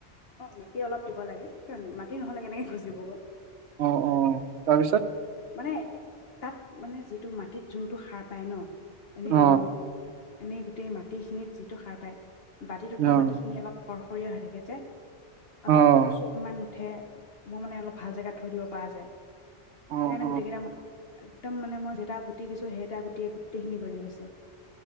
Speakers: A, on the left; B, on the right.
A: অ মাটি অলপ দিব লাগে কিয় মাটি নহলে কেনেকে গজিব
B: অ অ তাৰপিছত
A: মানে তাত মানে যিটো মাটিত যোনটো সাৰ পায় ন এনেই
B: অ',
A: নম এনেই গোটেই মাটি খিনিত যিটো সাৰ পায় বাতিত উঠোৱা
B: অ',
A: মাটিখিনি অলপ সৰসৰীয়া হৈ থাকে যে আৰু
B: অ',
A: তাত পোক ছোক ইমান নু ঠে মোৰ মানে অলপ ভাল জেগাত থৈ দিব পাৰা যায়।
B: অ',
A: সেইকাৰণে
B: অ',
A: গোটেইকেইটা, একদম মানে মই যেইটা গুটি দিছো সেইটা গুটিয়ে গোটেইখিনি গজি গৈছে।